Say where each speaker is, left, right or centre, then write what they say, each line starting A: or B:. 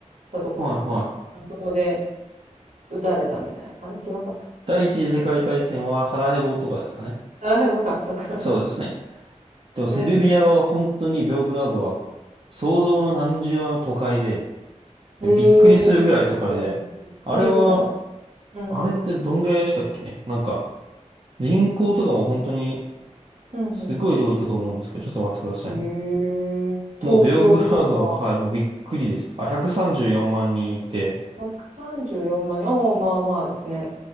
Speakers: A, on the right; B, on the right.
A: たところでしたっけあそこで
B: い。はい、はい。
A: 撃たれたみたいな。あれ違かった。
B: 第一次世界大戦はサラヘボとかですかね。
A: サラヘボか、そっか。
B: そうですね。
A: <laughs>
B: でもセルビアは本当にベオグラードは
A: うんうん
B: 想像の何十倍も都会で、
A: うん。へえ、
B: びっくりするぐらい都会で、
A: そうなんですね。びっくりぐらい。
B: あれは、
A: うんうん。
B: あれってどんぐらいでしたっけね。なんか人口とかも本当に
A: うん
B: すごい量いたと思うんですけど、ちょっと待ってくださいね。
A: うん。へえ、東京とか、
B: もうベオグラードは、はい、もうびっくりです。あ、134万人いて、
A: 134万人。おお、まあまあですね。